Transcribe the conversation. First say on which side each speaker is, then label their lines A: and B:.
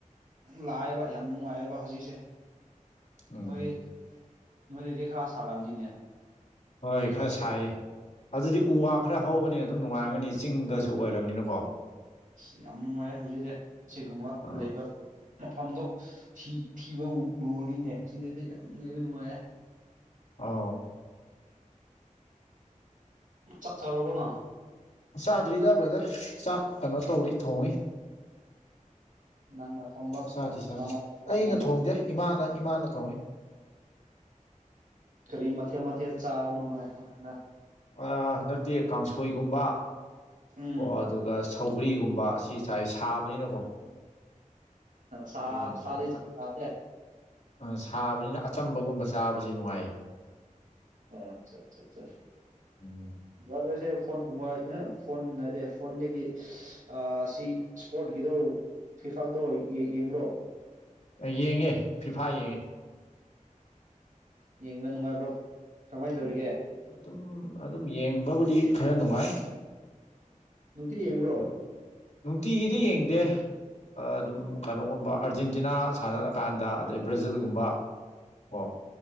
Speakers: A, on the right (about 75°); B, on the left (about 60°).
A: ꯂꯥꯛꯑꯦꯕ ꯌꯥꯝ ꯅꯨꯡꯉꯥꯏꯌꯦꯕ ꯍꯧꯖꯤꯛꯁꯦ
B: ꯎꯝ
A: ꯅꯣꯏ ꯅꯣꯏꯗꯗꯤ ꯈ꯭ꯔꯥ ꯁꯥꯔꯝꯅꯤꯅꯦ
B: ꯍꯣꯏ ꯈ꯭ꯔ ꯁꯥꯏꯌꯦ ꯑꯗꯨꯗꯤ ꯎ ꯋꯥ ꯈ꯭ꯔ ꯍꯧꯕꯅꯤꯅ ꯑꯗꯨꯝ ꯅꯨꯡꯉꯥꯏꯔꯝꯒꯅꯤ ꯆꯤꯡꯗꯁꯨ ꯑꯣꯏꯔꯝꯅꯤꯅꯀꯣ
A: ꯑꯁ ꯌꯥꯝ ꯅꯨꯡꯉꯥꯏ ꯍꯧꯖꯤꯛꯇꯤ ꯑꯁꯤꯒꯨꯝꯕ
B: ꯑꯥ
A: ꯂꯩꯕ ꯃꯐꯝꯗꯣ ꯊꯤ ꯊꯤꯕ ꯂꯨꯔꯅꯤꯅꯦ ꯁꯤꯗꯗꯤ ꯌꯥꯝ ꯂꯩꯕ ꯅꯨꯡꯉꯥꯏꯌꯦ
B: ꯑꯥꯎ
A: ꯆꯥꯛ ꯆꯥꯔꯕꯣꯅ
B: ꯆꯥꯗ꯭ꯔꯤꯗ ꯕ꯭ꯔꯗꯔ ꯆꯥꯛ ꯀꯅꯣ ꯇꯧꯔꯤ ꯊꯣꯡꯉꯤ
A: ꯅꯪꯅ ꯊꯣꯡꯕ꯭ꯔꯥ
B: ꯆꯥꯗꯤ ꯆꯥꯗꯤ
A: ꯀꯅꯥꯅ ꯊꯣꯡꯉꯕꯅꯣꯅꯦ
B: ꯑꯩꯅ ꯊꯣꯡꯗꯦ ꯏꯃꯥꯅ ꯏꯃꯥꯅ ꯊꯣꯡꯉꯤ
A: ꯀ꯭ꯔꯤ ꯃꯊꯦꯜ ꯃꯊꯦꯜ ꯆꯥꯕꯅꯣ ꯅꯣꯏ ꯍꯟꯗꯛ
B: ꯑ ꯍꯟꯗꯛꯇꯤ ꯀꯥꯡꯁꯣꯏꯒꯨꯝꯕ
A: ꯎꯝ
B: ꯀꯣ ꯑꯗꯨꯒ ꯁꯧꯒ꯭ꯔꯤꯒꯨꯝꯕ ꯁꯤ ꯆꯥꯏ ꯁꯥꯕꯅꯤꯅꯀꯣ
A: ꯁꯥ
B: ꯀꯔꯤꯒꯨꯝꯕꯁꯤꯅ
A: ꯁꯥꯗꯤ ꯆꯥꯗꯦ
B: ꯑ ꯁꯥꯕꯅꯤꯅ ꯑꯆꯝꯕꯒꯨꯝꯕ ꯆꯥꯕꯁꯤ ꯅꯨꯡꯉꯥꯏ
A: ꯑꯣ ꯑꯆꯥ ꯑꯆꯥ ꯆ
B: ꯎꯝ
A: ꯕ꯭ꯔꯗꯔꯁꯦ ꯐꯣꯟꯒꯨꯝꯕ ꯑꯩ ꯐꯣꯟ ꯅꯠꯇꯦ ꯐꯣꯟꯗꯒꯤ ꯑꯁꯤ ꯁ꯭ꯄꯣꯔꯠꯀꯤꯗꯣ ꯐꯤꯐꯥꯜꯗꯣ ꯌꯦꯡꯕ꯭ꯔꯣ
B: ꯌꯦꯡꯉꯦ ꯐꯤꯐꯥ ꯌꯦꯡꯉꯦ
A: <inaudible> ꯌꯦꯡꯕ ꯅꯨꯡꯉꯥꯏꯕ꯭ꯔꯣ ꯀꯃꯥꯏ ꯇꯧꯔꯤꯒꯦ
B: ꯑꯗꯨꯝ ꯑꯗꯨꯝ ꯌꯦꯡꯕꯕꯨꯗꯤ ꯈꯔ ꯅꯨꯡꯉꯥꯏ
A: ꯅꯨꯡꯇꯤ ꯌꯦꯡꯕ꯭ꯔꯣ
B: ꯑꯗꯣ ꯅꯨꯡꯇꯤꯒꯤꯗꯤ ꯌꯦꯡꯗꯦ ꯑꯗꯨꯝ ꯀꯩꯅꯣꯒꯨꯝꯕ ꯑꯥꯔꯖꯦꯟꯇꯤꯅꯥ ꯁꯥꯟꯅꯔꯀꯥꯟꯗ ꯑꯗꯩ ꯕ꯭ꯔꯥꯖꯤꯜꯒꯨꯝꯕ ꯑꯣ